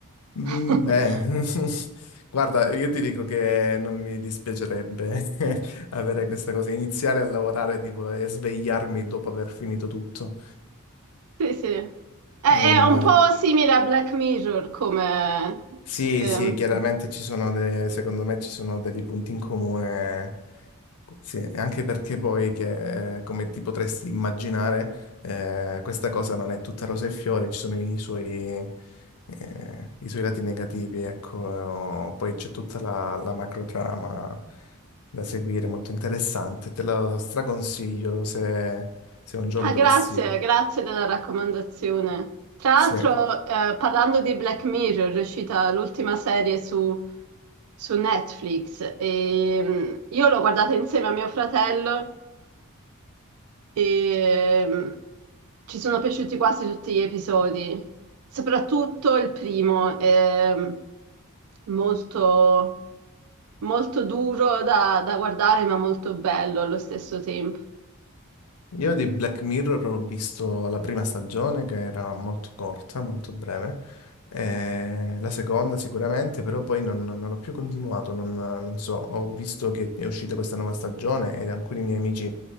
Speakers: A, on the left; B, on the right.
A: Mm,
B: <laughs>
A: beh, <laughs> guarda, io ti dico che non mi dispiacerebbe <laughs> avere questa cosa, iniziare a lavorare tipo e svegliarmi dopo aver finito tutto,
B: Sì, sì. È, è
A: non è male.
B: un po' simile a Black Mirror come...
A: Sì,
B: ehm,
A: sì, chiaramente ci sono dei, secondo me ci sono dei punti in comune, sì, anche perché poi che, eh, come ti potresti immaginare, eh, questa cosa non è tutta rose e fiori, ci sono i suoi, eh, i suoi lati negativi, ecco, eh, poi c'è tutta la, la macrotrama da seguire, molto interessante, te lo straconsiglio se, se un giorno
B: Ah,
A: dovessi,
B: grazie, grazie della raccomandazione. Tra l'altro,
A: sì.
B: eh, parlando di Black Mirror, è uscita l'ultima serie su su Netflix e mm, io l'ho guardata insieme a mio fratello e mm, ci sono piaciuti quasi tutti gli episodi, soprattutto il primo, è mm, molto, molto duro da, da guardare ma molto bello allo stesso tempo.
A: Io di Black Mirror ho visto la prima stagione che era molto corta, molto breve, eh, la seconda sicuramente, però poi non, non l'ho più continuato, non, non so, ho visto che è uscita questa nuova stagione e alcuni miei amici